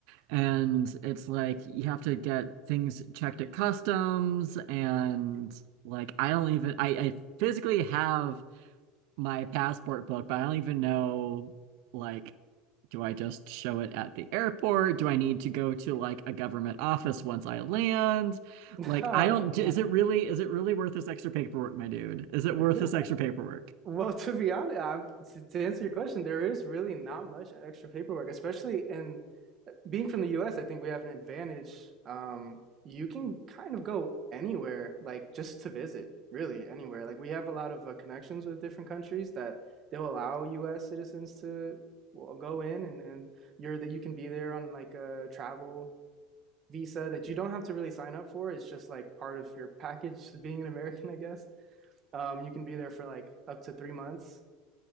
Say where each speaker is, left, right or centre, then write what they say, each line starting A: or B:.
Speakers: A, on the right; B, on the right.
A: and it's like you have to get things checked at customs and like I don't even I, I physically have my passport book, but I don't even know like do I just show it at the airport? Do I need to go to like a government office once I land?
B: <laughs> No,
A: Like I don't is it really is it really worth this extra paperwork, my dude? Is it
B: no.
A: worth this extra paperwork?
B: Well, <laughs> to be honest, i to, to answer your question, there is really not much extra paperwork, especially in being from the US, I think we have an advantage. Um, you can kind of go anywhere, like just to visit, really anywhere. Like we have a lot of uh, connections with different countries that they'll allow US citizens to well, go in and, and you're that you can be there on like a travel visa that you don't have to really sign up for. It's just like part of your package to being an American, I guess. Um, you can be there for like up to three months.